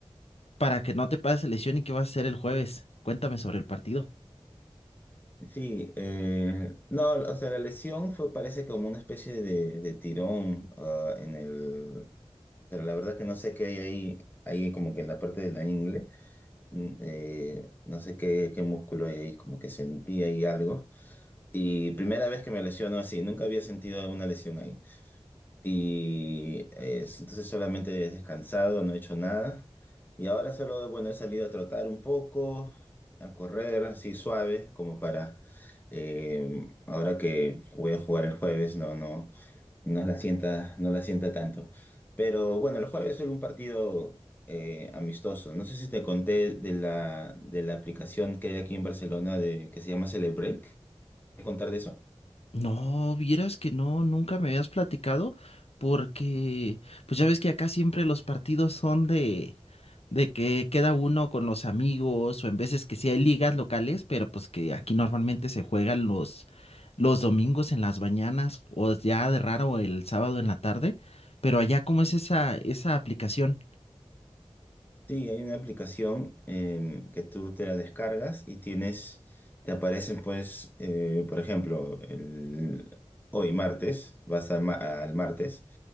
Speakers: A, on the left; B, on the left.
A: para que no te pase lesión y qué vas a hacer el jueves? Cuéntame sobre el partido.
B: Sí, eh, no, o sea, la lesión fue, parece como una especie de, de tirón ah, en el, pero la verdad que no sé qué hay ahí, ahí como que en la parte de la ingle, mm, eh, no sé qué, qué músculo hay ahí, como que sentí ahí algo. Y primera vez que me lesiono así, nunca había sentido una lesión ahí. Y eh, entonces solamente he descansado, no he hecho nada. Y ahora solo, bueno, he salido a trotar un poco, a correr así suave, como para eh, ahora que voy a jugar el jueves, no, no, no la sienta, no la sienta tanto. Pero bueno, el jueves es un partido eh, amistoso. No sé si te conté de la, de la aplicación que hay aquí en Barcelona de, que se llama Celebrate. ¿Te contar de eso?
A: No, vieras que no, nunca me habías platicado porque, pues ya ves que acá siempre los partidos son de, de que queda uno con los amigos o en veces que sí hay ligas locales, pero pues que aquí normalmente se juegan los, los domingos en las mañanas o ya de raro el sábado en la tarde, pero allá ¿cómo es esa, esa aplicación?
B: Sí, hay una aplicación em, que tú te la descargas y tienes, te aparecen pues, eh, por ejemplo, el- hoy martes, vas al, ma- al martes